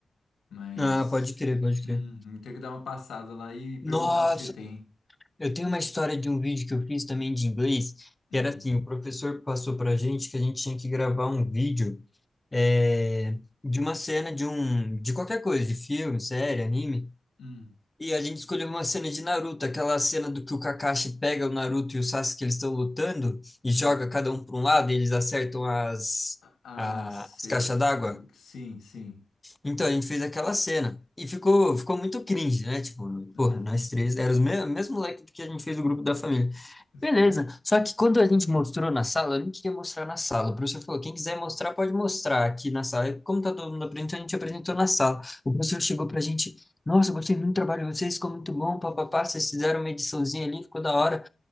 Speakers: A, on the left (about 85°); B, on the left (about 15°).
A: mas
B: Ah, pode crer, pode
A: hum,
B: crer.
A: tenho que dar uma passada lá e perguntar
B: Nossa,
A: se tem.
B: Eu tenho uma história de um vídeo que eu fiz também de inglês,
A: Hum,
B: que era assim, o professor passou pra gente que a gente tinha que gravar um vídeo eh, de uma cena de um, de qualquer coisa, de filme, série, anime,
A: hum,
B: e a gente escolheu uma cena de Naruto, aquela cena do que o Kakashi pega o Naruto e o Sasuke, eles estão lutando, e
A: hum.
B: joga cada um para um lado, e eles acertam as,
A: Ah,
B: a-
A: seus.
B: as caixas d'água.
A: Sim, sim.
B: Então, a gente fez aquela cena, e ficou, ficou muito cringe, né? Tipo,
A: <laughs> Uhum,
B: porra, nós três, era o me- mesmo moleque que a gente fez o grupo da família,
A: Sei.
B: Beleza. Só que quando a gente mostrou na sala, eu nem queria mostrar na sala. O professor falou: quem quiser mostrar, pode mostrar aqui na sala. E como tá todo mundo apresentando, a gente apresentou na sala. O professor chegou pra gente: Nossa, eu gostei muito do trabalho de vocês, ficou muito bom, papapá. Vocês fizeram uma ediçãozinha ali, ficou da hora.